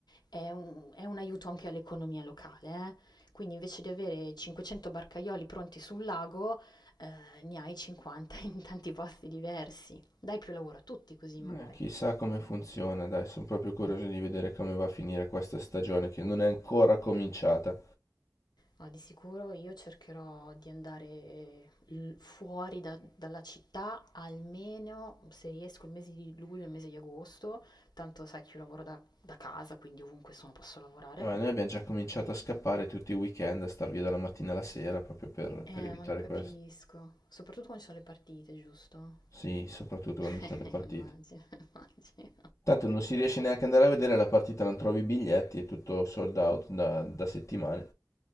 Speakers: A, on the left (about 70°); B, on the left (about 45°).
A: è, un, è un aiuto anche all'economia locale. eh. Quindi invece di avere 500 barcaioli pronti sul lago, eh, ne hai 50 in tanti posti diversi. Dai più lavoro a tutti così magari.
B: Eh, chissà come funziona, dai, sono proprio curioso di vedere come va a finire questa stagione che non è ancora cominciata.
A: Ma di sicuro io cercherò di andare l- fuori da- dalla città almeno se riesco il mese di luglio e il mese di agosto, tanto sai che io lavoro da, da casa, quindi ovunque sono posso lavorare.
B: Ma noi abbiamo già cominciato a scappare tutti i weekend, a star via dalla mattina alla sera proprio per,
A: Eh,
B: per evitare
A: ma lo capisco,
B: questo.
A: soprattutto quando ci sono le partite, giusto?
B: Sì, soprattutto quando
A: <laughs>
B: ci sono le partite.
A: Immagino, immagino.
B: Tanto non si riesce neanche ad andare a vedere la partita, non trovi i biglietti, è tutto sold out da, da settimane.